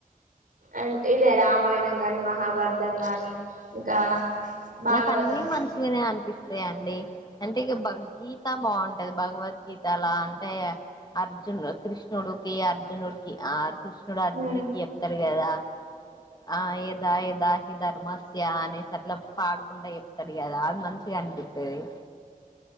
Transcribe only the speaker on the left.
నాకు అన్ని మంచిగానే అనిపిస్తాయండి అంటే ఇగ బగ్ గీత బావుంటది భగవద్గీతల అంటే అర్జున్ కృష్ణుడు కి అర్జునుడికి ఆ కృష్ణుడు అర్జునుడికి
జేప్తాడు కదా ఆ యద యదకి ధర్మస్య అనేసి అట్ల పాడకుంటా చెప్తాడు కదా అది మంచిగా అనిపిత్తది